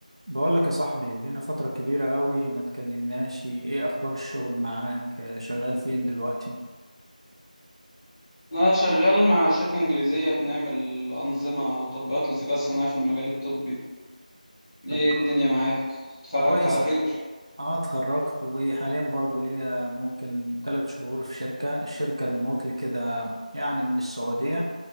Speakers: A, on the right; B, on the left.
A: بقول لك يا صاحبي لنا فترة كبيرة قوي ما تكلمناش ايه اخبار الشغل معاك آه، شغال فين دلوقتي
B: أنا شغال مع شركة إنجليزية بنعمل أنظمة وتطبيقات للذكاء الصناعي في المجال الطبي، إيه
A: طب كو-
B: الدنيا معاك؟ اتخرجت
A: كويس
B: على خير؟
A: اه اتخرجت وحاليا برضو ليا ممكن ثلاث شهور في شركة الشركة ريموتلي كده يعني من السعودية